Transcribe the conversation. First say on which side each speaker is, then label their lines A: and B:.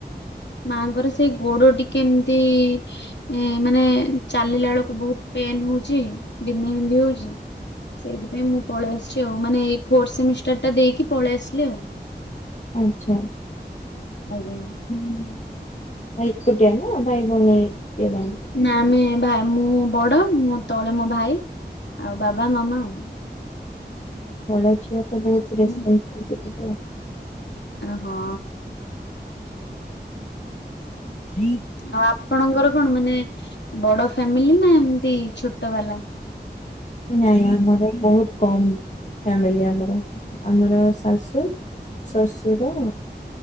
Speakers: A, on the left; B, on the left.
A: ମାଆଙ୍କର ସେଇ ଗୋଡଟି କେମିତି ଏ ମାନେ ଚାଲିଲା ବେଳକୁ ବହୁତ ପେନ୍ ହଉଚି ବିନ୍ଧା ବିନ୍ଧି ହଉଛି। ସେଇଥିପାଇଁ ମୁଁ ପଳେଇ ଆସିଛି ଆଉ ମାନେ ଏଇ ଫୋର୍ଥ ସେମିଷ୍ଟାରଟା ଦେଇକି ପଳେଇ ଆସିଲି ଆଉ।
B: ଆଚ୍ଛା।
A: ଆଜ୍ଞା।
B: ଭାଇ ଏକୁଟିଆ ନା ଭାଇ ଭଉଣୀ ଯଦି।
A: ନା ଆମେ ଭାଇ ମୁଁ ବଡ ମୁଁ ତଳେ ମୋ ଭାଇ ଆଉ ବାବା ମାମା ଆଉ
B: ବଡ ଝିଅ ତ ବହୁତ
A: ହଁ
B: ରେସ୍ପନ୍ସିବଲଟି ଥିବ।
A: ହଁ।
B: ହ
A: ଆଉ ଆପଣଙ୍କର କଣ ମାନେ ବଡ ଫ୍ୟାମିଲି ନା ଏମତି ଛୋଟ ବାଲା?
B: ନାଇଁ ଆମର ବହୁତ କମ ଫ୍ୟାମିଲି ଆମର ଆମର ଶାଶୁ ଶଶୁର।